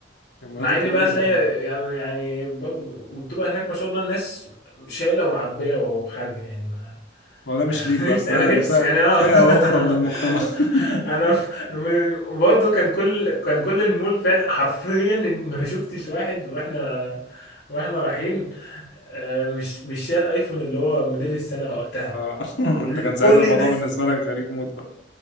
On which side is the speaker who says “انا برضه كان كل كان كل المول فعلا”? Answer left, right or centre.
Left